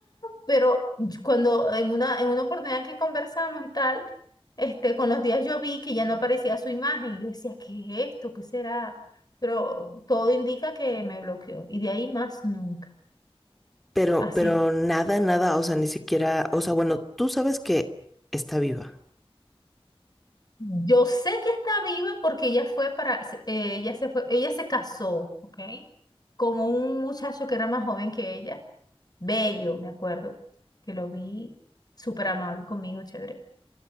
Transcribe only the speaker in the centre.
Pero,
pero nada, nada, o sea, ni siquiera, o sea, bueno, tú sabes que está viva.